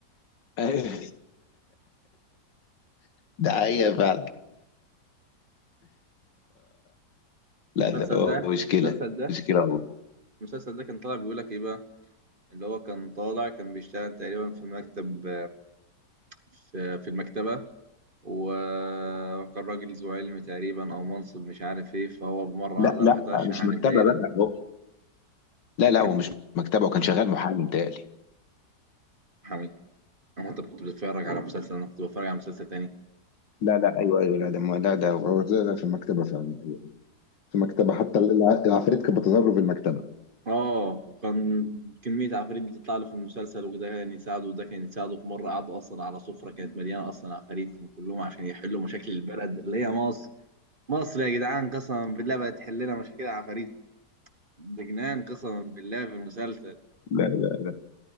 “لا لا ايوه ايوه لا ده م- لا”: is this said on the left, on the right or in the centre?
Left